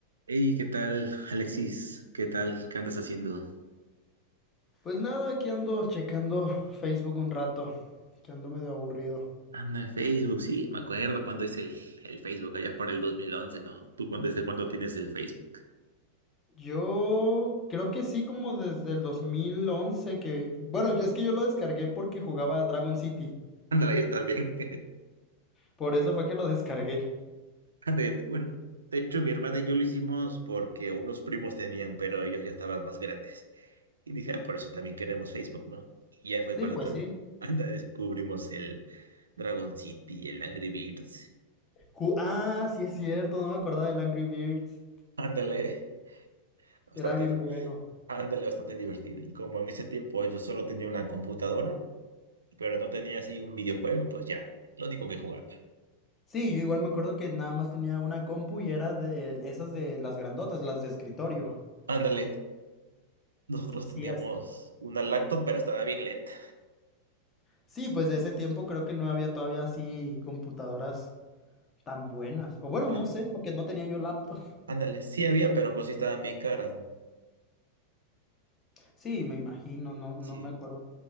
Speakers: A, on the right (about 70°); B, on the left (about 25°).
A: Hey, ¿qué tal, Alexis? ¿Qué tal? ¿Qué andas haciendo?
B: Pues nada, aquí ando checando Facebook un rato, que ando medio aburrido.
A: Anda, el Facebook, sí, me acuerdo cuando hice el, el Facebook allá por el 2011, ¿no? ¿Tú cuándo- desde cuándo tienes el Facebook?
B: Yo creo que sí, como desde el 2011 que... Bueno, yo- es que yo lo descargué porque jugaba Dragon City.
A: Ándale, yo también. <laughs>
B: Por eso fue que lo descargué.
A: Ándale, bueno, de hecho, mi hermana y yo lo hicimos porque unos primos tenían, pero ellos ya estaban más grandes. Y dije, ah, por eso también queremos Facebook, ¿no? Y ya fue
B: Sí,
A: cuando
B: pues
A: también,
B: sí.
A: <laughs> anda, descubrimos el Dragon City, el Angry Birds.
B: Ju- ah, sí es cierto, no me acordaba del Angry Birds.
A: Ándale, bastante.
B: Era bien bueno.
A: Ándale, bastante divertido. Y como en ese tiempo yo solo tenía una computadora, pero no tenía así un videojuego, pues ya, lo único que jugaba.
B: Sí, yo igual me acuerdo que nada más tenía una compu y era de esas de las grandotas, las de escritorio.
A: Ándale, nosotros
B: Sí,
A: teníamos
B: así.
A: una laptop, pero estaba bien lenta.
B: Sí, pues de ese tiempo creo que no había todavía así computadoras tan buenas. O bueno,
A: Ah,
B: no
A: ¿no?
B: sé, porque no tenía yo laptop. <laughs>
A: Ándale, sí había, pero pues sí estaban bien caras, ¿no?
B: Sí, me imagino, no, no
A: Sí,
B: me acuerdo.